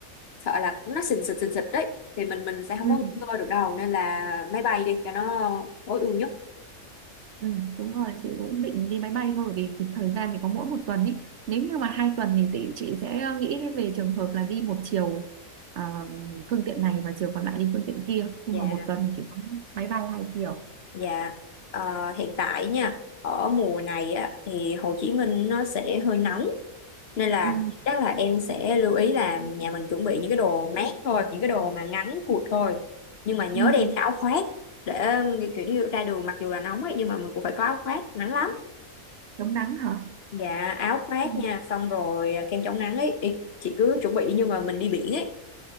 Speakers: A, on the left; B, on the right.
A: sợ là nó xình xịch xình xịch đấy thì mình mình sẽ không
B: ừ
A: có nghỉ ngơi được đâu nên là máy bay đi cho nó tối ưu nhất
B: Ừ, đúng rồi chị cũng định đi máy bay thôi bởi vì thời gian thì có mỗi một tuần ý nếu như mà hai tuần thì chị chị sẽ nghĩ đến về trường hợp là đi một chiều ờ, phương tiện này và chiều còn lại đi phương tiện kia nhưng
A: dạ
B: mà một tuần thì chỉ có máy bay hai chiều
A: dạ Ờ, hiện tại nha ở mùa này á, thì Hồ Chí Minh nó sẽ hơi nóng nên là
B: Ừ.
A: chắc là em sẽ lưu ý là nhà mình chuẩn bị những cái đồ mát thôi những cái đồ mà ngắn cụt thôi nhưng mà nhớ
B: ừ.
A: đem theo áo khoác để kiểu như ra đường mặc dù là nóng ấy nhưng mà mình cũng phải có áo khoác nắng lắm
B: chống nắng hả
A: dạ áo khoác
B: ừ.
A: nha xong rồi à, kem chống nắng ấy Ý, chị cứ chuẩn bị như mà mình đi biển ấy